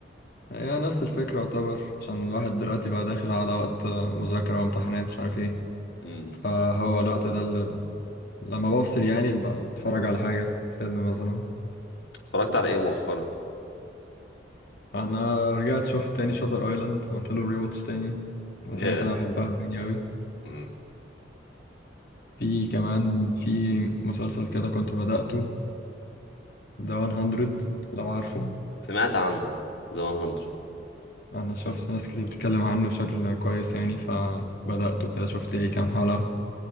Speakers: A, on the left; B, on the left.
A: هي نفس الفكره يعتبر عشان الواحد دلوقتي بقى داخل على وقت مذاكره وامتحانات مش عارف ايه
B: امم
A: فهو الوقت ده اللي لما بفصل يعني بتفرج على حاجه فيلم مثلا
B: اتفرجت على ايه مؤخرا
A: انا رجعت شفت تاني شاتر ايلاند عملت له ري واتش تاني من
B: ياه
A: الحاجات اللي انا بحبها يعني قوي
B: امم
A: في كمان في مسلسل كده كنت بدأته ذا 100 لو عارفه
B: سمعت عنه ذا 100
A: انا شفت ناس كتير بتتكلم عنه بشكل كويس يعني فبدأته كده شفت ليه كام حلقة